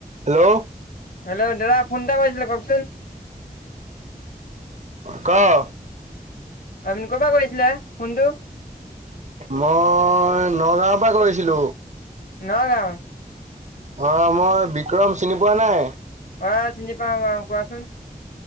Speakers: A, on the right; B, on the left.
A: Hello.
B: Hello দাদা phone এটা কৈছিলে, কওঁকচোন।
A: ক'।
B: আপুনি ক'ৰ পৰা কৰিছিলে ফোনটো
A: মই, নগাঁওৰ পৰা কৰিছিলো।
B: নগাঁও
A: অ' মই বিক্ৰম চিনি পোৱা নাই।
B: অ' চিনি পাওঁ বাৰু কোৱাচোন